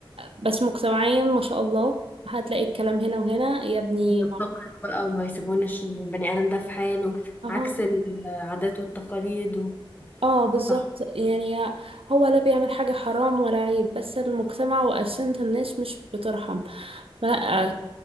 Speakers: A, on the right (about 80°); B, on the left (about 20°).
A: بس مجتمعيا ما شاء الله هتلاقي الكلام هنا وهنا يا ابني
B: التقر بقى وما يسيبوناش البني آدم ده في حاله
A: اه
B: عكس العادات والتقاليد و...
A: اه بالظبط
B: صح
A: يعني هو لا بيعمل حاجة حرام ولا عيب بس المجتمع وأسنة الناس مش بترحم فلا